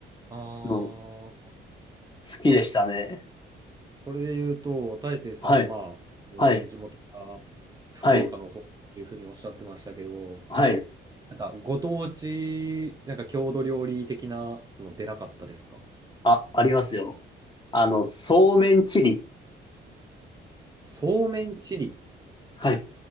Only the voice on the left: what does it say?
の好
きでしたね。
はい、
はい、はい、はい。
あ、ありますよ。あの、そうめんチリ。
はい。